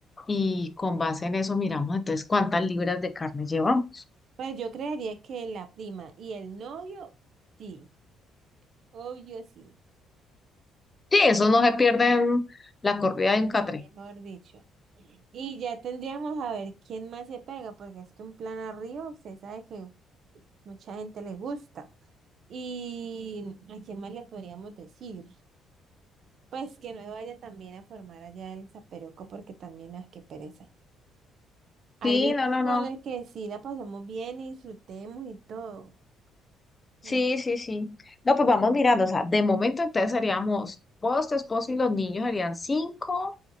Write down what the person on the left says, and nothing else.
y con base en eso miramos entonces cuántas libras de carne llevamos.
Sí, eso no se pierde en la corrida de un catre.
Sí, no, no,
no.
Sí,
sí, sí. No, pues vamos mirando, o sea, de momento entonces seríamos vos, tu esposo y los niños serían cinco,